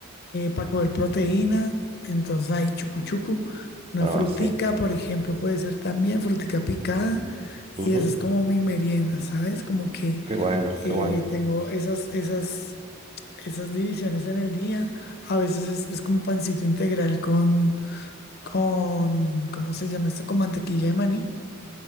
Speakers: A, on the left; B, on the right.
A: para coger proteína. Entonces hay chucu chucu, una
B: Ah,
A: frutica,
B: sí.
A: por ejemplo, puede ser también frutica picada.
B: Ujú.
A: Y eso es como mi merienda, ¿sabes? Como que
B: Qué bueno,
A: eh,
B: qué bueno.
A: tengo esas, esas, esas divisiones en el día. A veces es, es como pancito integral con, con, ¿cómo se llama esto? Con mantequilla de maní